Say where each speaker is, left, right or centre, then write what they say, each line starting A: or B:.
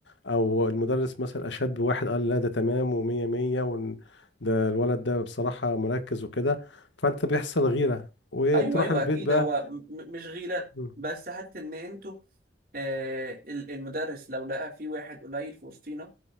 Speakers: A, on the left; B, on the right.
A: او المدرس مثلا اشاد بواحد قال لا ده تمام ومية مية وإن ده الولد ده بصراحه مركز وكده فانت بيحصل غيره وتروح
B: ايوه ايوه
A: البيت
B: اكيد
A: بقى
B: هو م- م- مش غيره
A: مم.
B: بس حته ان انتوا آه، ال- المدرس لو لقى في واحد قليل في وسطينا